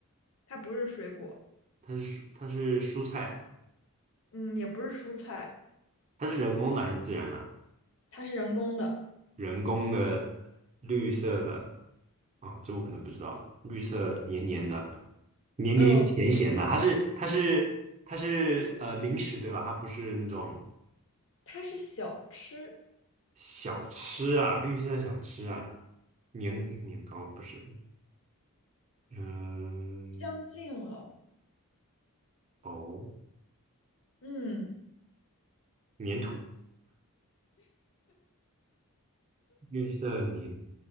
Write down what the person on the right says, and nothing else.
它是蔬，它是蔬菜，
它是人工的还是自然的？
人工的绿色的啊，这我可能不知道。绿色黏黏的，黏黏又咸咸的，
它是它是它是呃零食对吧？它不是那种。
小吃啊，绿色小吃啊，年年糕不是，嗯，
哦，
粘土，绿色年